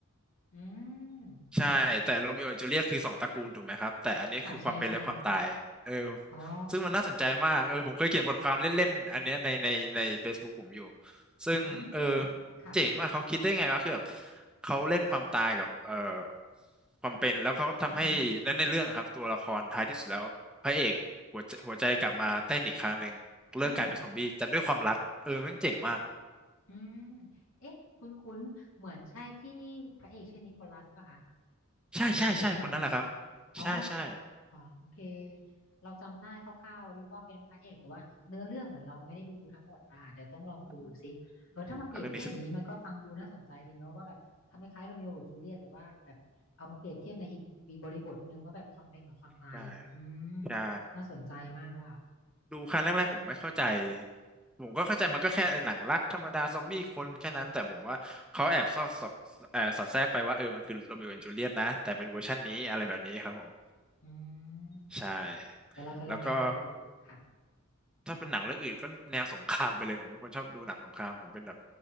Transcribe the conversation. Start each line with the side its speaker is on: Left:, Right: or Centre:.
Left: อืม
Centre: ใช่แต่โรมิโอและจูเลียตคือสองตระกูลถูกไหมครับแต่อันนี้คือความเป็นและความตายเออ
Left: ค่ะใช่ใช่ อ๋อ
Centre: ซึ่งมันน่าสนใจมากเออผมเคยเขียนบทความเล่นๆอันเนี้ยในในใน Facebook ผมอยู่ซึ่งเออ
Left: อืมค่ะ
Centre: เจ๋งมากเขาคิดได้ไงวะคือแบบเขาเล่นความตายกับเออความเป็นแล้วเขาทำให้ในในเรื่องอะครับตัวละครท้ายที่สุดแล้วพระเอกหัวใจหัวใจกลับมาเต้นอีกครั้งหนึ่งเลิกกลายเป็นซอมบี้แต่ด้วยความรักเออแม่งเจ๋งมาก
Left: อืมอืมห้าอืมเอ๊ะ คุ้นๆเหมือนใช่ที่พระเอกชื่อนิโคลัสป่ะคะ
Centre: ใช่ใช่ใช่คนนั้นแหละครับ
Left: อะไรสักอย่างไหม อ๋อ
Centre: ใช่ใช่
Left: โอเคเราจำได้คร่าวๆว่าเป็นพระเอกแต่ว่าเนื้อเรื่องเหมือนเราไม่ได้ดูทั้งหมดค่ะเดี๋ยวต้องลองดูสิเออถ้ามาเปรียบเทียบอย่างนี้มันก็ฟังดูน่าสนใจดีเนอะว่าแบบทำคล้ายๆโรเมโอกับจูเลียตแต่ว่าแบบเอามาเปรียบเทียบในอีกอีกบริบทหนึ่งว่าแบบความเป็นกับความตายอืม
Centre: อืมอ่ะเรื่องนี้สนุกใช่ ใช่
Left: น่าสนใจมากเลยค่ะ
Centre: ดูครั้งแรกๆผมไม่เข้าใจผมก็เข้าใจมันก็แค่เออหนังรักธรรมดาซอมบี้คนแค่นั้นแต่ผมว่าเขาแอบสอดสอดเอ่อสอดแทรกไปว่าเออมันคือโร e o โอแอนด์จูเลียตนะแต่เป็นเวอร์ชันนี้อะไรแบบนี้ครับผม
Left: อืม
Centre: ใช่
Left: เดี๋ยวเราจะลองไปหาดูค่ะ
Centre: แล้วก็ ถ้าเป็นหนังเรื่องอื่นก็แนวสงครามไปเลยผมเป็นคนชอบดูหนังสงครามผมเป็นแบบ